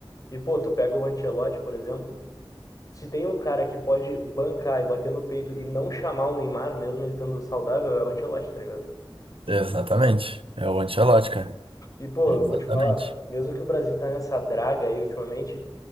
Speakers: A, on the left (about 40°); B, on the right (about 80°).
A: E, pô, tu pega o Ancelotti, por exemplo. Se tem um cara que pode bancar e bater no peito e não chamar o Neymar, mesmo ele estando saudável, é o Ancelotti, tá ligado?
B: Exatamente. É o Ancelotti, cara.
A: E, pô,
B: Exatamente.
A: eu vou te falar, mesmo que o Brasil tá nessa draga aí ultimamente,